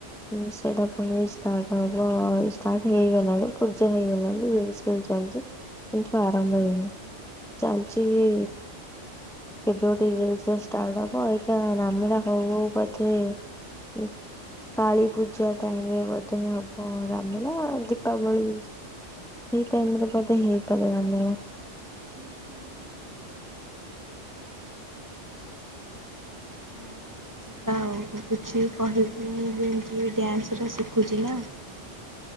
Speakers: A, in the centre; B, on the right.
A: ହଁ ସେଇଟା ପୁଣି ଷ୍ଟାର୍ଟ ହବ, ଇଷ୍ଟାର୍ଟ ହେଇଗଲାଣି, ପୂଜା ହେଇଗଲାଣି। ଇଏ ବି ସେ <unintelligible> ଚାଲଚି କିନ୍ତୁ ଆରମ୍ଭ ହେଇିନି। ଚାଲିଚି-ଇ କେବେ ଗୋଟେ ରିଲସ୍ ଟା ଷ୍ଟାର୍ଟ ହବ? ଅଇକା ରାମନୀଳା ହଉ ହଉକା ବୋଧେ ଉ, କାଳୀ ପୂଜା ଟାଇମ୍ ରେ ବଧେ ହବ, ରାମନୀଳା ଦୀପାବଳି ସେଇ ଟାଇମ ରେ ବଧେ ହେଇପାରେ ଆନିଅ।
B: ହୁଁ ହୁଁ। ଓହୋ ଯିବା ଆଉ ବୁଝିକି କହିବି ମୁଁ ଏମିତିରେ ବି ଡ୍ୟାନ୍ସରା ଶିଖୁଛି ନା।